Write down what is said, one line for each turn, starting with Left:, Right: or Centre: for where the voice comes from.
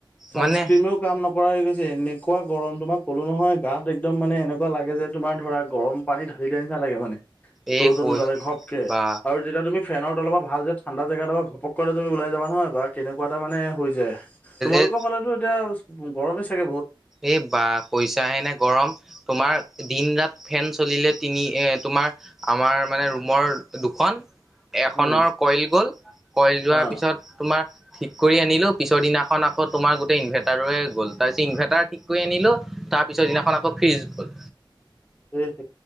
Left: চানস্ক্ৰিমেও
Centre: মানে
Left: কাম নকৰা হৈ গৈছে এনেকুৱা গৰম তোমাক ক'লো নহয় গাত একদম মানে এনেকুৱা লাগে যে তোমাৰ ধৰা গৰম পানী ঢালি দিয়া লাগে মানে
Centre: এই
Left: ৰ'দত
Centre: কৈ
Left: ওলালে ঘবকে
Centre: বা
Left: আৰু যেতিয়া তুমি ফেনৰ অলপ ভাল যে ঠাণ্ডা জেগাপা ঘপক কে ওলাই যাবা নহয়। বা তেনেকুৱা এটা মানে হৈ যায় তোমালোকৰ
Centre: এ
Left: ফালে এতিয়া গৰমেই চাগে বহুত
Centre: এই বা কৈছাহেনে গৰম তোমাৰ দিন ৰাত ফেন চলিলে তিনি এ তোমাৰ আমাৰ আমাৰ মানে ৰুমৰ দুখন এখনৰ
Left: উম,
Centre: কইল গ'ল কইল যোৱাৰ
Left: অ',
Centre: পিছত তোমাৰ ঠিক কৰি আনিলো পিছৰ দিনা এখন আকৌ তোমাৰ গোটেই ইভাৰটাৰৰে গ'ল তাৰপিছত ইনভাৰটাৰ ঠিক কৰি আনিলোঁ। তাৰ পিছৰ দিনাখন আকৌ ফ্ৰিজ গ'ল।
Left: উম